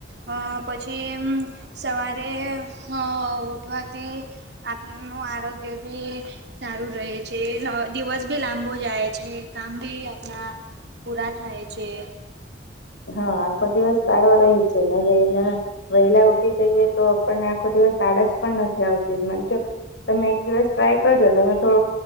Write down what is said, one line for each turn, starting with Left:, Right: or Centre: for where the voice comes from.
Right: હા પછી એમ સવારે હા ઉઠવાથી આપનું આરોગ્ય બી સારું રહે છે. લ દિવસ ભી લાંબ બોવ જાય છે, કામ બી આપણા પૂરા થાય છે.
Left: હા. આખો દિવસ સારો રહે છે. <unintelligible> વહેલા ઉઠી જઈએ તો આપણને આખો દિવસ આળસ પણ નથી આવતી. <unintelligible> તમે એક દિવસ ટ્રાય કરજો. તમે થો